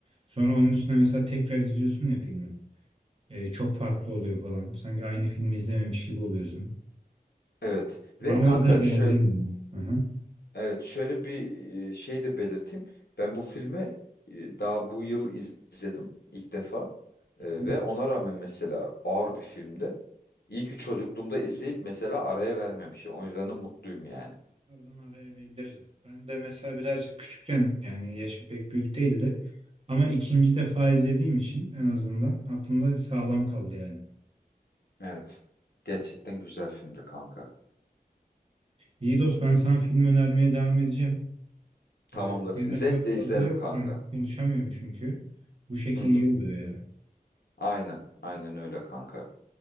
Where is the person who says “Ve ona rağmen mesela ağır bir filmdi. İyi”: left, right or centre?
Left